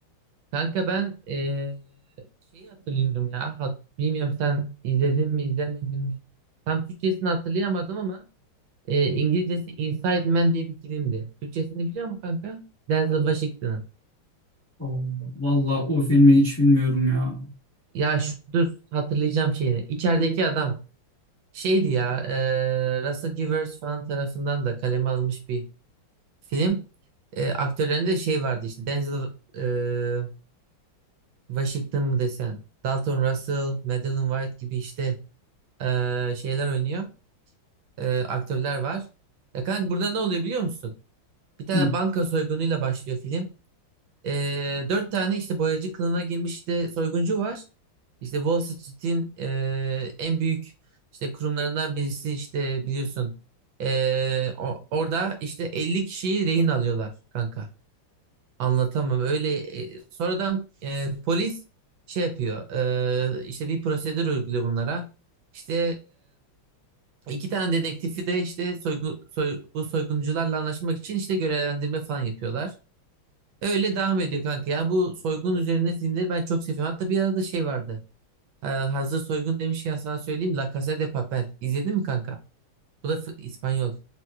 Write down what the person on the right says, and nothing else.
kanka ben eee şeyi hatırlıyorum ya hat, bilmiyorum sen izledin mi izlemedin mi tam Türkçesini hatırlayamadım ama eee, İngilizcesi Inside Man diye bir filmdi Türkçesini biliyor musun kanka Denzel Washington'ın
ya şu, dur hatırlayacağım şeyini İçerideki adam şeydi ya eee Russell Givers falan tarafından da kaleme alınmış bir film Eee aktörlerinde şey vardı işte Denzel e, Washington mı desen, Dalton Russell, Madeline White gibi işte eee, şeyler oynuyor. Eee, aktörler var. Ya kanka burada ne oluyor biliyor musun? Bir tane
banka soygunuyla başlıyor film. Eee, dört tane işte boyacı kılığına girmiş işte soyguncu var. İşte Wall Street'in eee, en büyük işte kurumlarından birisi işte biliyorsun. Eee, o- orada işte 50 kişiyi rehin alıyorlar kanka. Anlatamam. Öyle e, sonradan e, polis şey yapıyor. e, işte bir prosedür uyguluyor bunlara. İşte e, iki tane dedektifi de işte soygu, soy- bu soyguncularla anlaşmak için işte görevlendirme falan yapıyorlar. Öyle devam ediyor kanka. Yani bu soygun üzerine filmleri ben çok seviyorum. Hatta bir arada şey vardı. E, hazır soygun demişken sana söyleyeyim. La Casa de Papel. İzledin mi kanka? Bu da F- İspanyol.